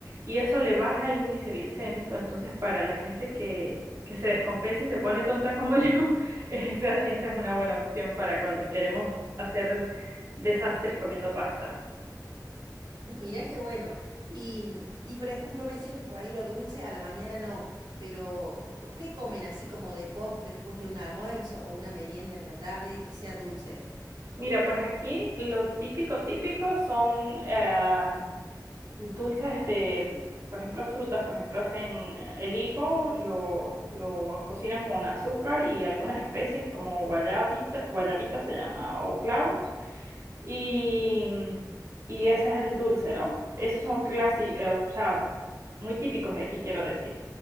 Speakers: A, on the right; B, on the right.
A: y eso le baja el índice glicémico, entonces para la gente que, que se descompensa y se pone tonta como <laughs> yo, esa, esa es una buena opción para cuando queremos hacer desastres comiendo pasta.
B: <laughs> Mirá qué bueno. Y, mm, y por ejemplo, me decías que por ahí lo dulce a la mañana no, pero co- ¿qué comen así como de postre después de un almuerzo o una merienda en la tarde que sea dulce?
A: Mira, pues aquí lo típico, típico son eh, dulces de, por ejemplo, frutas, por ejemplo, hacen eh, el higo, lo, lo cocinan con azúcar y algunas especies como guayabita, guayabita se llama, o clavos, y, mm, y ese es el dulce, ¿no? Esos son clásicos, muy típicos de aquí, quiero decir.